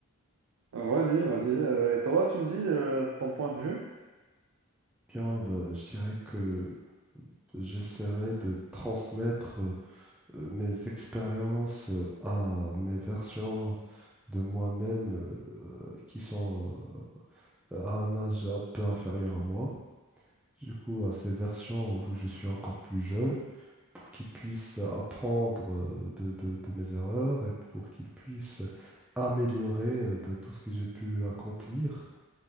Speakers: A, on the right; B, in the centre.
A: vas-y, vas-y. euh, et toi, tu me dis euh, ton point de vue.
B: Bien, bah, je dirais que J'essaierai de transmettre euh, euh, mes expériences euh, à mes versions de moi-même euh, qui sont euh, à un âge un peu inférieur à moi. Du coup, à ces versions où je suis encore plus jeune, pour qu'ils puissent apprendre euh, de, de- de mes erreurs et pour qu'ils puissent améliorer euh, ben, tout ce que j'ai pu accomplir.